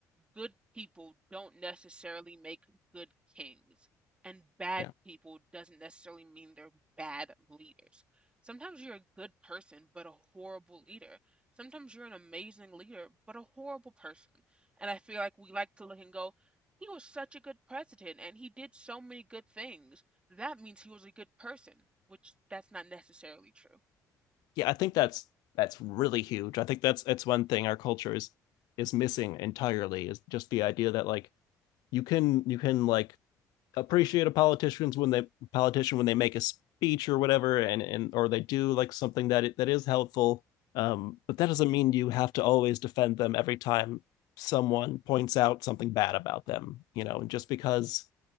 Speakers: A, on the right (about 15°); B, on the left (about 80°).
A: good people don't necessarily make good kings and bad
B: Yeah.
A: people doesn't necessarily mean they're bad leaders. Sometimes you're a good person but a horrible leader. Sometimes you're an amazing leader but a horrible person. And I feel like we like to look and go, he was such a good president and he did so many good things. That means he was a good person, which that's not necessarily true.
B: Yeah, I think that's that's really huge. I think that's that's one thing our culture is is missing entirely is just the idea that like you can you can like appreciate a politicians when they politician when they make a speech or whatever, and and or they do like something that it, that is helpful. Um, but that doesn't mean you have to always defend them every time someone points out something bad about them. You know, and just because